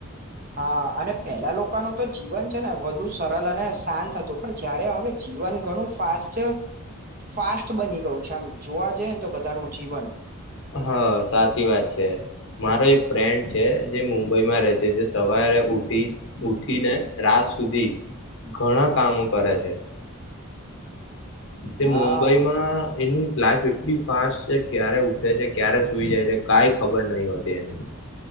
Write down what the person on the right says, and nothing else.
હા અને પેલા લોકોનું તો જીવન છે, ને વધુ સરળ અને શાંત હતું. પણ જયારે હવે જીવન ઘણું ફાસ્ટ છે ફાસ્ટ બની ગયું છે. આમ જોવા જઈએ ને તો બધાનું જીવન
હા